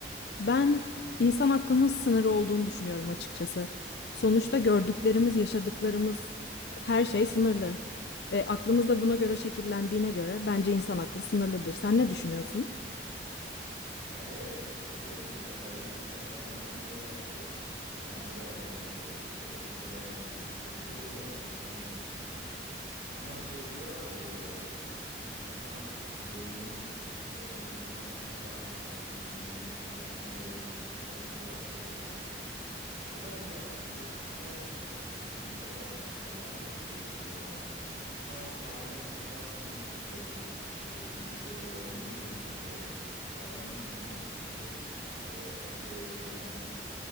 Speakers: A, on the left; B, on the right.
A: Ben insan aklının sınırı olduğunu düşünüyorum açıkçası. Sonuçta gördüklerimiz, yaşadıklarımız her şey sınırlı. E, aklımız da buna göre şekillendiğine göre bence insan aklı sınırlıdır. Sen ne düşünüyorsun?
B: Yani evet, e, böyle materyalist bir taraftan bakınca e, böyle anı değerlendirdiğimizde, günü değerlendirdiğimizde doğru bir yaklaşım. Ben de senin gibi düşünüyorum. Ama hani şey diyorlar diye bir ara, ya insan işte beyninin e, yüzde bilmem kaçını daha kullanıyor. Hani yüzde yüzünü kullansa neler olur gibi falan bir şeyler söylüyorlardı. Acaba dedim ya sınırsız derken tabii ki bir, mutlaka bir sınır vardır diye düşünüyorum ama e, şu anki halinden çok daha sınırsız olabilecek, hissedebilecek bir şey de olabilir mi diye. Bazen düşünüyorum çünkü e, akılla yapılabilen